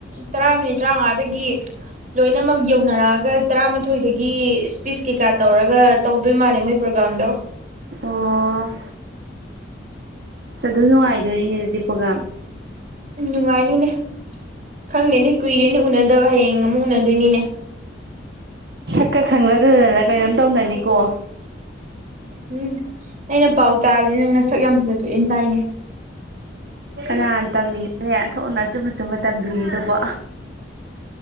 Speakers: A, on the right; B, on the right.
A: ꯇꯔꯥ ꯃꯤꯅꯤꯠ ꯇꯔꯥꯃꯉꯥꯗꯒꯤ ꯂꯣꯏꯅꯃꯛ ꯌꯧ ꯌꯧꯅꯔꯛꯑꯒ ꯇꯔꯥꯃꯥꯊꯣꯏꯗꯒꯤ ꯀꯩꯀꯥ ꯇꯧꯔꯒ ꯇꯧꯗꯣꯏ ꯃꯥꯅꯤ ꯃꯣꯏ ꯄ꯭ꯔꯣꯒꯥꯥꯝꯗꯣ
B: ꯑꯣ ꯑꯁ ꯑꯗꯨꯝ ꯅꯨꯡꯉꯥꯏꯗꯣꯏꯅꯤꯅꯦ ꯑꯗꯨꯗꯤ ꯄ꯭ꯔꯣꯒꯥꯝ
A: ꯎꯝ ꯅꯨꯡꯉꯥꯏꯅꯤꯅꯦ ꯈꯪꯗꯦꯅꯦ ꯀꯨꯏꯔꯦꯅꯦ ꯎꯅꯗ ꯗꯕ ꯍꯌꯦꯡ ꯑꯃꯨꯛ ꯎꯅꯗꯣꯏꯅꯤꯅꯦ
B: ꯁꯛꯀ ꯈꯪꯅꯗꯗꯅ ꯀꯩꯅꯣꯝ ꯇꯧꯅꯅꯤꯀꯣ
A: ꯎꯝ ꯑꯩꯅ ꯄꯥꯎ ꯇꯥꯕꯗꯤ ꯅꯪ ꯅꯁꯛ ꯌꯥꯝ ꯐꯖꯊꯣꯛꯑꯦꯅ ꯇꯥꯏꯅꯦ
B: ꯀꯅꯅꯥ ꯇꯝꯃꯤꯅꯣꯅꯦ ꯑꯣꯟꯊꯣꯛꯅ ꯑꯆꯨꯝꯕ ꯑꯆꯨꯝꯕ ꯇꯝꯕꯤꯔꯤꯗꯨꯕꯣ